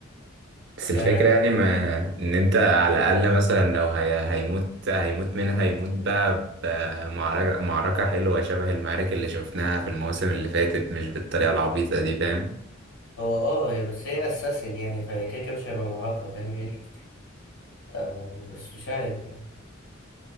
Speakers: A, on the right (about 60°); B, on the left (about 85°).
A: بس الفكرة
B: يعني
A: يعني ما إن أنت على الأقل مثلا لو هي... هيموت هيموت منها هيموت بقى بمعركة معركة حلوة شبه المعارك اللي شفناها في المواسم اللي فاتت مش بالطريقة العبيطة دي فاهم
B: هو اه هي بس هي اساسن يعني فهي كده كده مش هيبقى معاقة فاهم يعني آه بس مش عارف يعني